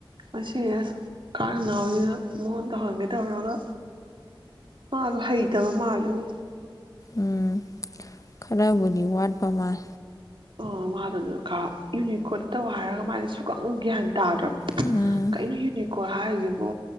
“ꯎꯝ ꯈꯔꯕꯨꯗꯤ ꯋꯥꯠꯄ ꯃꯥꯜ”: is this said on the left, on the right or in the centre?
Left